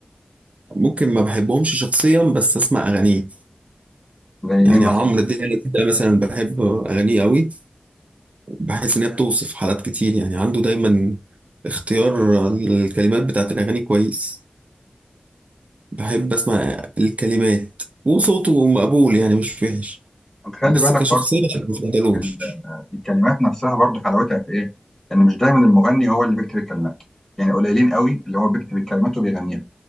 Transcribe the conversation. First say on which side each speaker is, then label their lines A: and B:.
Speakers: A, on the right (about 60°); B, on the left (about 15°).
A: ممكن ما بحبهمش شخصيا بس اسمع اغانيهم
B: زي
A: يعني
B: مين مثلا
A: عمرو دياب ده مثلا بحب أغانيه قوي بحس إن هي بتوصف حالات كتير يعني عنده دايما اختيار الكلمات بتاعت الأغاني كويس بحب أسمع الكلمات وصوته مقبول يعني مش وحش
B: انت خلي
A: بس
B: بالك
A: كشخصية
B: برضو
A: ما بفضلوش
B: ال- الكلمات نفسها برضو حلاوتها في ايه ان مش دايما المغني هو اللي بيكتب الكلمات يعني قليلين قوي اللي هو بيكتب الكلمات وبيغنيها